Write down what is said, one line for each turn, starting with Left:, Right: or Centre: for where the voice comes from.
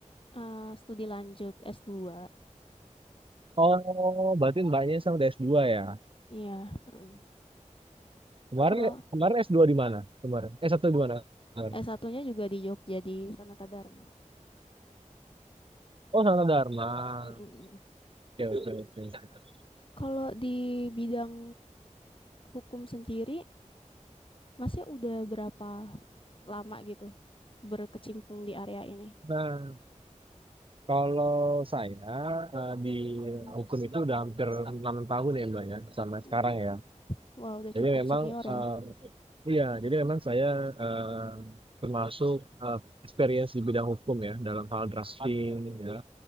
Left: eh, studi lanjut S2.
Right: Oh, berarti mbaknya sama udah s dua ya.
Left: Iya. mm.
Right: Kemarin
Left: Kalau
Right: kemarin s dua di mana? Kemarin. s satu di mana? Kemarin.
Left: S1-nya juga di Jogja di Sanata Dharma.
Right: Oh, Sanata Dharma.
Left: Mm, mm, mm.
Right: Oke, oke, oke.
Left: Kalau di bidang hukum sendiri, masih udah berapa lama gitu berkecimpung di area ini?
Right: Nah, kalau saya eh, di
Left: Mm,
Right: hukum itu udah hampir enam tahun ya, Mbak ya, sama
Left: mm.
Right: sekarang ya.
Left: Wah, udah
Right: Jadi
Left: cukup
Right: memang
Left: senior
Right: eh,
Left: ya.
Right: iya, jadi memang saya eh, termasuk eh, experience di bidang hukum ya, dalam hal drafting ya.